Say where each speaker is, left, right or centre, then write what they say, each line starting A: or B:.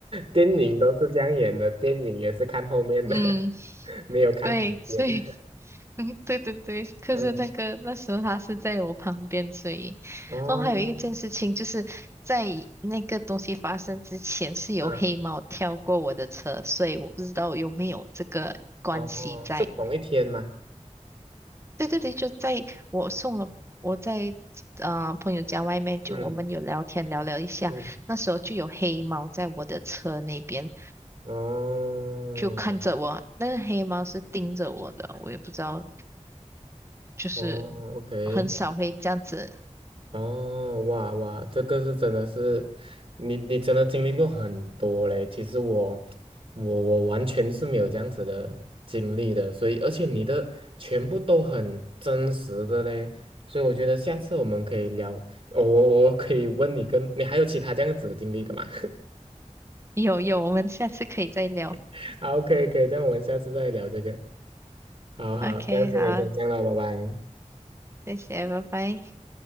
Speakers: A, on the right; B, on the right.
A: 电影都是这样演的，电影也是看后面的，
B: 嗯，
A: <laughs> 没有看旁边的，
B: 对，所以，<laughs> 嗯对对对，可是那个那时候他是在我旁边，
A: 嗯，
B: 所以，
A: 哦，
B: 哦，还有一件事情就是在那个东西发生之前是有黑猫跳过我的车，
A: 嗯，
B: 所以我不知道有没有这个关系在。
A: 哦，是同一天吗？
B: 对对对，就在我送了我在啊朋友家外面，就我们有聊天聊聊一下，
A: 嗯嗯。
B: 那时候就有黑猫在我的车那边
A: 哦，
B: 就看着我，那个黑猫是盯着我的，我也不知道，就是
A: 哦，OK，
B: 很少会这样子。
A: 哦，哇哇，这个是真的是，你你真的经历过很多嘞。其实我我我完全是没有这样子的经历的，所以而且你的全部都很真实的嘞，所以我觉得下次我们可以聊。哦，我我可以问你跟你还有其他这样子的经历的吗？
B: 有有，我们下次可以再聊。
A: <laughs> 好，可以可以，这样我们下次再聊这个。好好，
B: OK，
A: 这样今天嗯先这样了，
B: 好，
A: 拜拜。
B: 谢谢，拜拜。